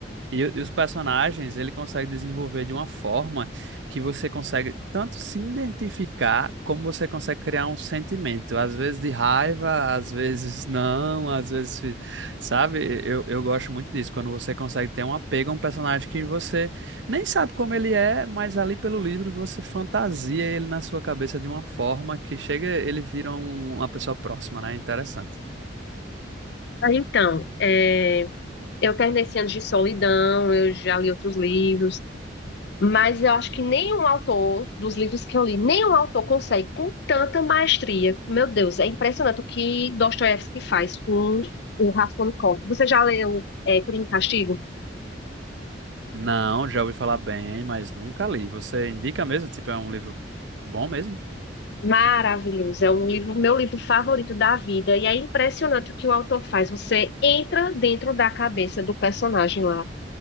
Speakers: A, on the right; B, on the left.
A: E, o- e os personagens, ele consegue desenvolver de uma forma que você consegue tanto se identificar, como você consegue criar um sentimento, às vezes de raiva, às vezes <laughs> não, às vezes, fi- sabe? Eu, eu gosto muito disso, quando você consegue ter um apego a um personagem que você nem sabe como ele é, mas ali pelo livro você fantasia ele na sua cabeça de uma forma que chega, ele vira um- uma pessoa próxima, né? Interessante.
B: aí então, é, eu terminei esse ano de solidão, eu já li outros livros. Mas eu acho que nenhum autor, dos livros que eu li, nenhum autor consegue com tanta maestria. Meu Deus, é impressionante o que Dostoiévski faz com o Raskolnikov. Você já leu é, Crime e Castigo?
A: Não, já ouvi falar bem, mas nunca li. Você indica mesmo? Tipo, é um livro bom mesmo?
B: Maravilhoso, é um livro, meu livro favorito da vida, e é impressionante o que o autor faz. Você entra dentro da cabeça do personagem lá.